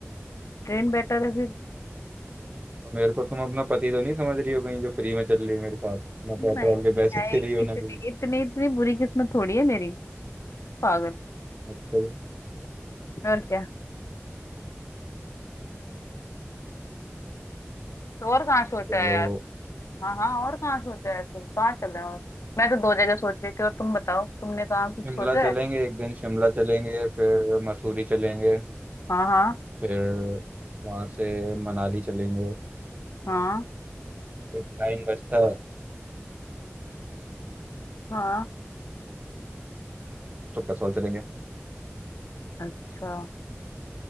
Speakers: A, on the left; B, on the right.
A: ट्रेन बेटर है फिर
B: और मेरे को तुम अपना पति तो नहीं समझ रही हो कहीं जो फ्री में चल रही है मेरे साथ ना
A: नहीं
B: पेट्रोल के पैसे
A: है
B: दे रही हो
A: इतनी
B: ना कहीं
A: इतनी इतनी बुरी किस्मत थोड़ी है मेरी पागल
B: अच्छा जी
A: और क्या तो और कहाँ सोचा
B: चलो
A: है यार हाँ हाँ और कहाँ सोचा है फिर कहाँ चल रहे हो मैं तो दो जगह सोच रही थी और तुम बताओ तुमने कहाँ कुछ
B: शिमला
A: सोचा
B: चलेंगे
A: है
B: एक दिन शिमला चलेंगे फिर मसूरी चलेंगे
A: हाँ हाँ
B: फिर वहाँ से मनाली चलेंगे
A: हाँ
B: फिर टाइम बचता है
A: हाँ
B: तो कसौल चलेंगे
A: अच्छा